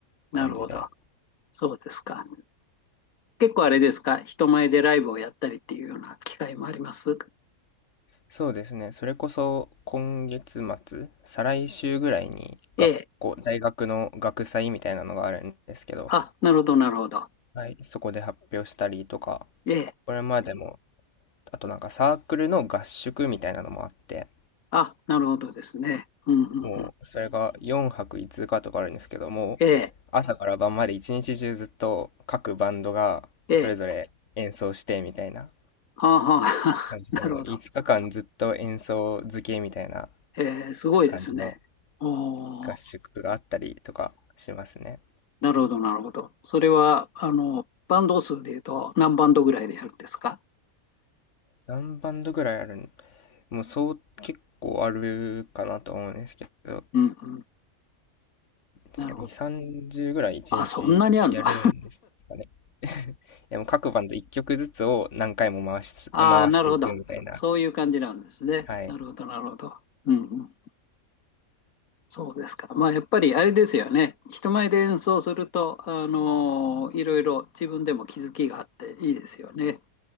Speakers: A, on the left; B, on the left.
A: 感じで。
B: なるほど。そうですか。結構あれですか、人前でライブをやったりっていうような機会もあります
A: そうですね。それこそ、今月末、再来週ぐらいに、
B: ええ。
A: 学校、大学の学祭みたいなのがあるんですけど、
B: あ、なるほど、なるほど。
A: はい、そこで発表したりとか、
B: ええ。
A: これまでもあとなんかサークルの合宿みたいなのもあって、
B: あ、なるほどですね。うん、うん、
A: もうそれが4泊5日とかあるんですけども、
B: うん。ええ、
A: 朝から晩まで一日中ずっと各バンドがそれぞれ演奏してみたいな
B: ええ。はあ、はあ、
A: 感じで、
B: <laughs> なるほど。
A: もう5日間ずっと演奏漬けみたいな
B: ええ、すごいですね。
A: 感じの
B: おー、
A: 合宿があったりとかしますね。
B: なるほど、なるほど。それは、あの、バンド数で言うと何バンドぐらいでやるんですか
A: 何バンドぐらいあるんもうそう結構あるかなと思うんですけど、
B: うん、うん。なるほど。
A: さ2、30ぐらい1日やるんですかね。
B: あ、そんなにあるの <laughs> あ
A: <laughs> でも各バンド1曲ずつを何回も回しつ、
B: あ、
A: 回していくみたいな。
B: なるほど。そそういう感じなんですね。
A: はい。
B: なるほど、なるほど。うん、うん。そうですか。まあ、やっぱりあれですよね。人前で演奏すると、あのーいろいろ自分でも気づきがあっていいですよね。